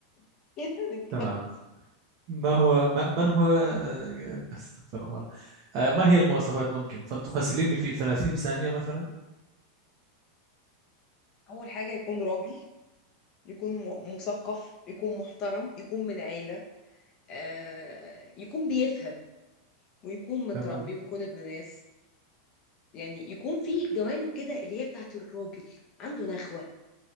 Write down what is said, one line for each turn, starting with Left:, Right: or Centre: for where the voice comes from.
Left: <laughs> كده هنتكلم
Right: تمام ما هو ما من هو آه، أستغفر الله آه، ما هي المواصفات ممكن ف- تفصليني في 30 ثانية مثلا
Left: اول حاجه يكون راجل يكون م- مثقف يكون محترم يكون من عيله آه يكون بيفهم ويكون متربي
Right: تمام
Left: ويكون ابن ناس يعني يكون في جوانب كده اللي هي بتاعت الراجل عنده نخوه